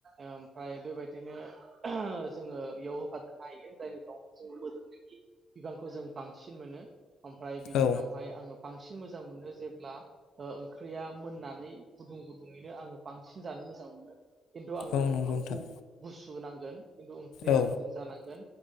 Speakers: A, on the right; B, on the left.
A: ओमफ्राय बेबायदिनो जोङो बेयाव होफादेरनो हायो जायनि जाव जों मोदोमि बिबांखौ जों बांसिन मोनो। ओमफ्राय बिनि
B: औ
A: उनावहाय आङो बांसिन बि मोजां मोनो जेब्ला ओंख्रिया मोननानै गुदुं गुदुङैनो आङो बांसिन जानो मोजां मोनो। खिन्थु आङो
B: औ
A: ओंखामखौ
B: नंगौ नोंथां
A: गुसु नांगोन खिन्थु ओंख्रिया
B: औ
A: गुदुं जानांगोन